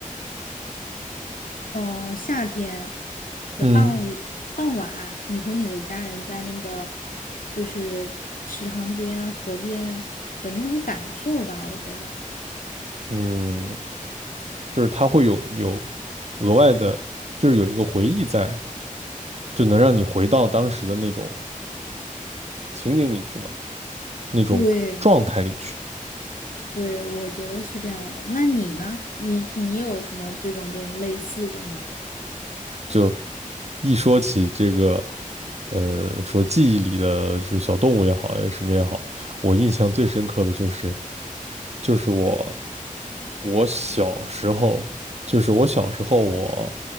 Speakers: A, on the left (about 75°); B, on the right (about 50°).
A: 嗯、呃夏天的傍午傍晚，
B: 嗯
A: 你和你的家人在那个就是池塘边、河边的那种感受吧，我觉得。
B: 嗯，就是它会有有额外的，就是有一个回忆在，就能让你回到当时的那种情景里去嘛，那种状态里去。
A: 对对，我觉得是这样的。那你呢？你你有什么这种这种类似的呢？
B: 就一说起这个，呃，说记忆里的是小动物也好，哎，什么也好，我印象最深刻的就是，就是我我小时候，就是我小时候我，